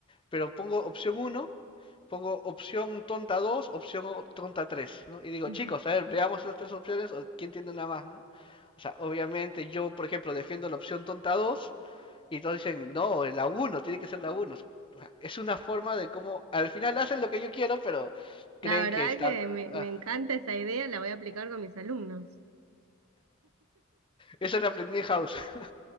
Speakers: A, on the left; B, on the right.
A: pero pongo opción uno, pongo opción tonta 2, opción o- tonta 3, ¿no? Y digo,
B: Ujú.
A: chicos, a ver, veamos esas tres opciones o quién tiene una más, ¿no? O sea, obviamente yo, por ejemplo, defiendo la opción tonta 2 y todos dicen, no, la uno, tiene que ser la uno. o sea, o sea, es una forma de cómo, al final hacen lo que yo quiero, pero
B: La
A: creen
B: verdad
A: que están...
B: que me,
A: ah,
B: me encanta esa idea, la voy a aplicar con mis alumnos. <laughs>
A: eso lo aprendí en house. <laughs>